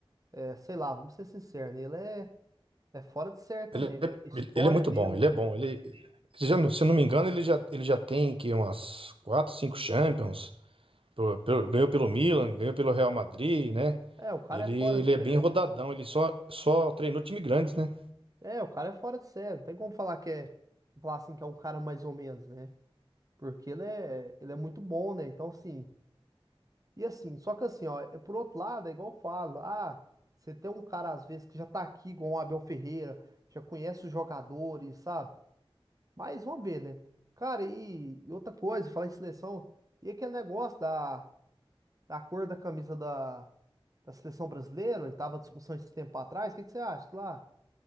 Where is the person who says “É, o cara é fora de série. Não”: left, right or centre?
Right